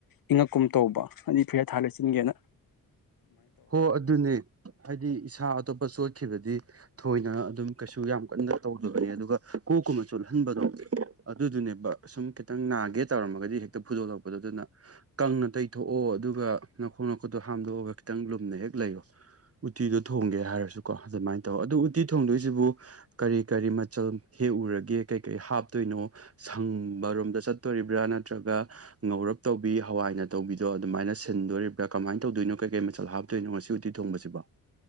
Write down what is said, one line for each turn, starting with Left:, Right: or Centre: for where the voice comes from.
Left: ꯏꯪꯉꯛꯀꯨꯝ ꯇꯧꯕ ꯑꯅꯤ ꯐꯨꯔꯤꯠ ꯊꯥꯕ ꯂꯤꯠꯁꯤꯟꯒꯦꯅ
Right: ꯍꯣ ꯑꯗꯨꯅꯦ ꯍꯥꯏꯗꯤ ꯏꯁꯥ ꯑꯇꯣꯞꯄ ꯆꯣꯠꯈꯤꯕꯗꯤ ꯊꯣꯏꯅ ꯑꯗꯨꯝ ꯀꯩꯁꯨ ꯌꯥꯝ ꯀꯟꯅ ꯇꯧ ꯑꯗꯨꯒ ꯀꯣꯛꯀꯨꯝꯕ ꯆꯣꯠꯍꯟꯕꯗꯣ ꯑꯗꯨꯗꯨꯅꯦꯕ ꯁꯨꯝ ꯈꯤꯇꯪ ꯅꯥꯒꯦ ꯇꯧꯔꯝꯃꯒꯗꯤ ꯍꯦꯛꯇ ꯐꯨꯗꯣꯛꯂꯛꯄꯗꯣ ꯑꯗꯨꯅ ꯀꯪꯅ ꯇꯩꯊꯣꯛꯑꯣ ꯑꯗꯨꯒ ꯅꯈꯣꯡ ꯅꯈꯨꯠꯇꯣ ꯍꯥꯝꯗꯣꯛꯑꯒ ꯈꯤꯇꯪ ꯂꯨꯝꯅ ꯍꯦꯛ ꯂꯩꯔꯣ ꯎꯇꯤꯗꯣ ꯊꯣꯡꯒꯦ ꯍꯥꯏꯔꯁꯨꯀꯣ ꯑꯗꯨꯃꯥꯏꯅ ꯇꯧ ꯑꯗꯨ ꯎꯇꯤ ꯊꯣꯡꯗꯣꯏꯁꯤꯕꯨ ꯀꯔꯤ ꯀꯔꯤ ꯃꯆꯜ ꯍꯦꯛꯎꯔꯒꯦ ꯀꯔꯤ ꯀꯔꯤ ꯍꯥꯞꯇꯣꯏꯅꯣ ꯁꯪ ꯕ ꯔꯣꯝꯗ ꯆꯠꯇꯣꯔꯤꯕ꯭ꯔ ꯅꯠꯇ꯭ꯔꯒ ꯉꯧꯔꯞ ꯇꯧꯕꯤ ꯍꯋꯥꯏꯅ ꯇꯧꯕꯤꯗꯣ ꯑꯗꯨꯃꯥꯏꯅ ꯁꯤꯟꯗꯣꯔꯤꯕ꯭ꯔꯥ ꯀꯃꯥꯏꯅ ꯇꯧꯗꯣꯏꯅꯣ ꯀꯩ ꯀꯩ ꯃꯆꯜ ꯍꯥꯞꯇꯣꯏꯅꯣ ꯉꯁꯤ ꯎꯇꯤ ꯊꯣꯡꯕꯁꯤꯕꯣ